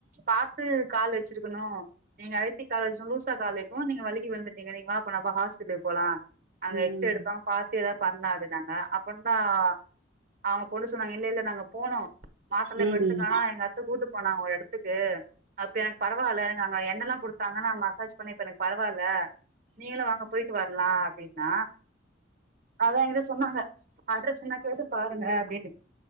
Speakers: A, on the right; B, on the right.
A: பாத்து கால் வச்சிருக்கணும் நீங்க அழுத்தி கால் வச்சுணும் லூசா கால் வைக்கும் நீங்க வள்ளிக்கு விழுந்துட்டீங்க நீங்க வா போனப்ப ஹஸ்பிட்டலுக்கு போலாம் அங்க
B: ம்
A: எக்ஸ்ரோ எடுப்பாங்க பாத்து ஏதாவது பண்ணதிங்கா ங அப்னா ஆஅ அவங்க பொண்ணு சொன்னாங்க இல்ல இல்ல நாங்க போனும் மாத்திரல இப்ப
B: ம்
A: எடுத்துக்கோ
B: ம்
A: ஹன்எங்க அத்தை கூட்டிட்போனாங்க ஒரு இடத்துக்கு அப்ப எனக்கு பரவாயில்ல எனக்கு அங்க என்ண்ணனெல்லாம் குடுத்தாங்கன்னா மசாஜ் பண்ணி இப்ப எனக்கு பரவாயில்ல நீங்களும் வாங்க போயிட்டு வரலாம் நான் அதான்ங்கிட்ட சொன்னாங்க அட்ரஸ் என கேட்டு பாருங்க அப்புடினு